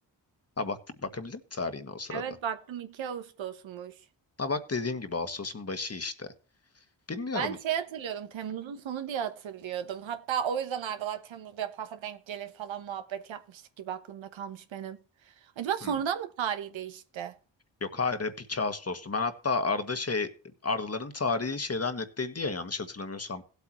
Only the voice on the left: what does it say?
Ha bak bakabildim mi tarihine o sırada?
Ha bak dediğim gibi Ağustos'un başı işte. Bilmiyorum.
Hmm.
Yok hayır hep 2 Ağustos'tu. Ben hatta Arda şey Ardaların tarihi şeyden net değildi ya yanlış hatırlamıyorsam.